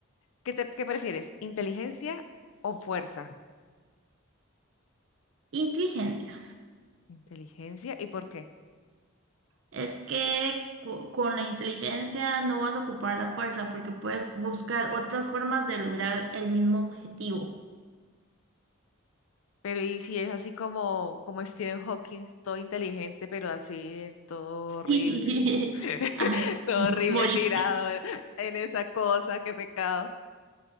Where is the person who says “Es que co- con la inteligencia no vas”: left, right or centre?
Right